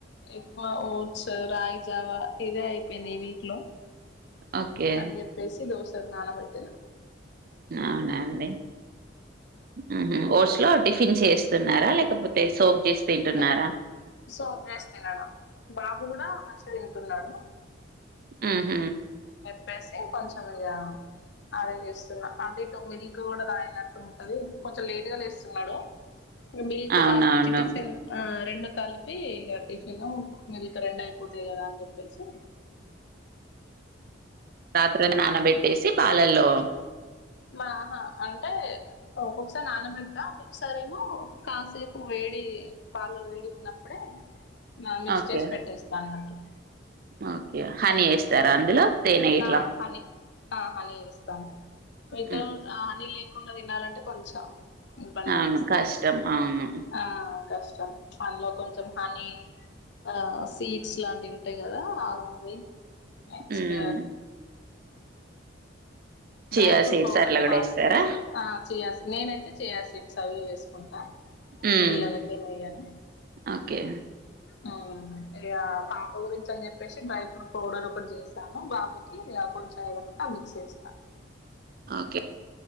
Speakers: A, on the left (about 60°); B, on the right (about 50°).
A: ఎక్కువ ఓట్స్ రాగి లాగ ఇదే అయిపోయింది ఈ వీక్ లో
B: ఓకే
A: అే పేసి దోసలు నాణ వెటిన
B: అవునాండి ఆహా కోర్స్ లో టిఫిన్ చేస్తున్నారా లేకపోతే సోక్ చేసి తింటున్నారా
A: ఓ సోక్ చేస్తున్నాం బాబు కూడా మంచిగ తింటున్నాడు
B: హుహ్
A: పెసి కొంచం ఇగ అదే చేస్తున్నా అంటే ఇటు మిల్క్ కూడా తాగినట్టు ఉంటది కొంచెం లేటు గా లేస్తున్నాడు మిల్క్
B: అవునవును
A: తపించి టిఫన్ రెండు కలిపి టిఫిన్ మిల్క్ రెండు అయిపోతాది కదా అనేసి
B: రాత్రి అంత ననపెట్టేసి పాలల్లో
A: మాహా అంటే ఓట్స్ నాన్న పెడతా ఒకఒకసారి ఏమో కాసేపు వేడి పాలు వేడిగున్నప్పుడే ఆహ్ మిక్స్
B: ఓకే
A: చేసి పెట్టేస్తా అన్నట్టు
B: ఓకే హనీ వేస్తారా అందులో తేనె గిట్ల
A: ఆ హనీ ఆ హనీ ఇస్తాను వితౌట్
B: హ్మ్.
A: హనీ లేకుండా తినాలంటే కొంచెం ఇబ్బంది
B: అవును
A: అనిపిస్తాను
B: కష్టం అవును
A: ఆ కష్టం అందులో కొంచెం హని ఆ సీడ్స్ లాంటివి ఉంటాయి కదా అవి నెక్స్ట్
B: ఉమ్ chia
A: dry fruit
B: seeds
A: powder
B: అట్లా కూడా
A: పాపకోస్
B: వేస్తారా
A: ఆ చేయా నేనైతే చేయాసి ఇచ్చా అవి ఇవి వేసుకుంటా
B: ఉమ్
A: పిల్లలకే మెయ్యను
B: ఓకే
A: ఆ ఇ పాప గురించి అని చెప్పేసి డ్రై ఫ్రూట్ పౌడర్ ఒకటి చేసాను బాబుకి కొంచెం ఏదన్న మిక్స్ చేస్తా
B: ఓకే